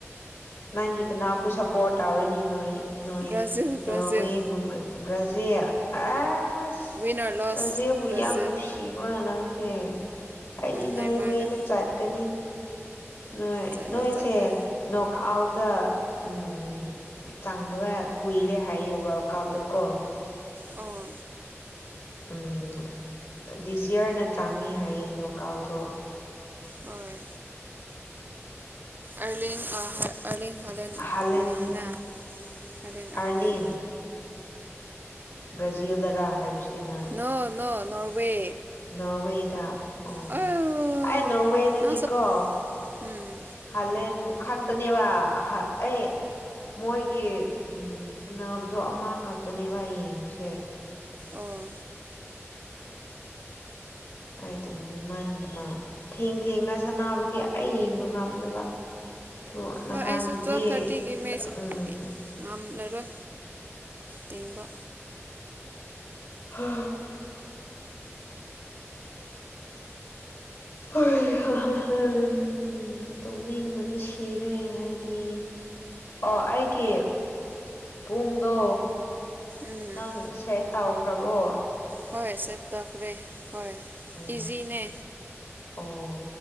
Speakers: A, on the left (about 70°); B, on the right (about 40°).
A: ꯅꯪꯗꯤ ꯀꯅꯥꯕꯨ ꯁꯄꯣꯔ ꯇꯧꯔꯅꯤ ꯅꯣꯔꯤ ꯅꯣꯔꯤ
B: ꯕ꯭ꯔꯥꯖꯤꯜ ꯕ꯭ꯔꯥꯖꯤꯜ
A: ꯅꯣꯔꯋꯦꯕꯨ ꯕ꯭ꯔ ꯕ꯭ꯔꯖꯤꯜ ꯑꯦꯁ
B: ꯋꯤꯟꯅꯔ ꯂꯣꯁ
A: ꯕ꯭ꯔꯖꯤꯜꯕꯨ
B: ꯕ꯭ꯔꯥꯖꯤꯜ
A: ꯌꯥꯝ ꯅꯨꯡꯁꯤꯕ꯭ꯔ ꯅꯪꯁꯦ ꯑꯩꯗꯤ
B: ꯅꯥꯏꯃꯥꯔꯗ
A: ꯅꯣꯔꯋꯦꯗ ꯆꯠꯀꯅꯤ ꯅꯣꯏ
B: ꯆꯠꯂꯣ
A: ꯅꯣꯏꯁꯦ
B: ꯆꯠꯂꯣ
A: ꯅꯣꯛ ꯑꯥꯎꯠꯇ ꯎꯝ ꯆꯡꯗꯕ ꯀꯨꯏꯔꯦ ꯍꯥꯏꯌꯦ ꯋꯥꯔꯜ ꯀꯞꯇ ꯀꯣ
B: ꯑꯣ
A: ꯎꯝ ꯗꯤꯖꯤꯌꯥꯔꯅ ꯆꯡꯉꯦ ꯍꯥꯏꯌꯦ ꯅꯣꯛ ꯑꯥꯎꯠꯗꯣ
B: ꯍꯣꯏ ꯑꯔꯂꯤꯡ ꯍꯣꯏ ꯑꯔꯂꯤꯡ ꯍꯂꯥꯟ
A: ꯍꯥꯂꯦꯟ
B: ꯂꯩꯥꯅ ꯍꯂꯥꯟ
A: ꯑꯥꯔꯂꯤꯟ
B: ꯑꯔꯂꯤꯡ
A: ꯕ꯭ꯔꯥꯖꯤꯜꯗꯔ ꯍꯥꯏꯕꯁꯤ ꯅꯪ
B: ꯅꯣ ꯅꯣ ꯅꯣꯔꯋꯦ
A: ꯅꯣꯔꯋꯦꯗ ꯑꯣ
B: ꯑꯣ
A: ꯑꯩ ꯅꯣꯔꯋꯦꯗꯗꯤ
B: ꯅꯪ ꯁꯞ
A: ꯀꯣ
B: ꯎꯝ
A: ꯍꯂꯦꯟ ꯈꯛꯇꯅꯦꯕ ꯑꯩ ꯃꯣꯏꯒꯤ ꯎꯝ ꯎꯝ ꯁꯥꯟꯅꯕꯗꯣ ꯑꯃ ꯈꯛꯇꯅꯦꯕ ꯌꯦꯡꯕꯁꯦ
B: ꯑꯣ
A: ꯑꯩ ꯇꯨꯝ ꯅꯤꯡꯃꯟꯗꯅ ꯊꯦꯡ ꯊꯦꯡꯅ ꯁꯥꯟꯅꯕꯒꯤ ꯑꯩ ꯌꯦꯡꯕ ꯉꯝꯗꯕ ꯑꯗꯣ ꯅꯍꯥꯟꯗꯨꯗꯤ
B: ꯍꯣꯏ ꯑꯩꯁꯨ ꯇꯨꯋꯦꯜꯞ ꯊꯥꯔꯇꯤꯒꯤ ꯃꯦꯠꯆ
A: ꯎꯝ
B: ꯉꯝꯂꯔꯣꯏ ꯌꯦꯡꯕ
A: ꯍꯥ ꯍꯣꯢ ꯍꯥ ꯍꯥ ꯍꯥ ꯍꯝ ꯎ ꯇꯧꯅꯤꯡꯕꯅ ꯁꯤꯔꯦ ꯑꯩꯗꯤ ꯑꯣ ꯑꯩꯒꯤ ꯄꯨꯡꯗꯣ
B: ꯎꯝ
A: ꯅꯪ ꯁꯦꯠ ꯇꯥꯎꯈ꯭ꯔꯕꯣ
B: ꯍꯣꯏ ꯁꯦꯠ ꯇꯈ꯭ꯔꯦ ꯍꯣꯏ
A: ꯑꯣ
B: ꯏꯖꯤꯅꯦ
A: ꯑꯣ